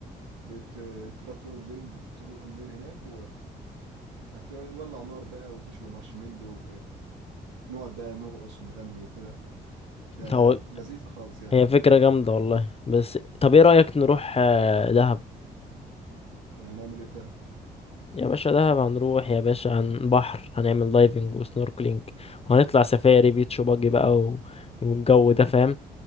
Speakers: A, on the right; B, on the left.
A: بتبات طول الليل طول الليل هناك وهتولع نار بقى وتشوي مارشميلو ونقعد بقى نرقص ونغني وكده يا
B: هو
A: لذيذه خالص يعني
B: هي فكرة جامدة والله بس طب ايه رأيك نروح آه، دهب
A: هنعمل ايه في دهب
B: يا باشا دهب هنروح يا باشا عن بحر هنعمل دايفنج وسنوركلينج وهنطلع سفاري بيتش باجي بقى و... والجو ده فاهم